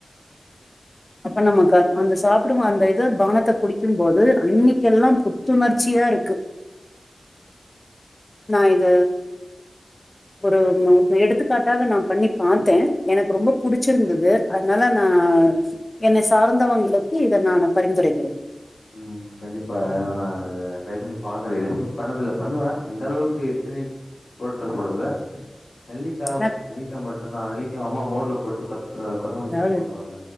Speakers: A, on the left; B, on the left.
A: அப்ப நமக்கு அந் அந்த சாப் டுமோ அந்த இத பானத்த குடிக்கும் போது அன்னைக்கெல்லா புத்துணர்ச்சியா இருக்கு
B: <inaudible>
A: நா இத ஒரு எடுத்துக்காட்டாக நா பண்ணி பாத்த எனக்கு ரொம்ப புடிச்சிருந்துது அதனால நா என்ன சார்ந்தவங்களுக்கு இத நா பரிந்துரைக்கிறே
B: ம் கண்டிப்பா த நா இத ட்ரை பண்ணி பாக்குற இது வரைக்கு பண்ணதில்ல பண்ணுவ இந்தளவுக்கு இத்தனை பொருட்கள் போட்டதுல்ல நெல்லிக்கா
A: ஏன்னா
B: நெல்லிக்கா மட்டுந்தா நெல்லிக்காய் அம்மா மோர்ல போட்டு கொத் கொத்தமல்லி
A: அதாவது
B: போட்டு குடுப்பாங்க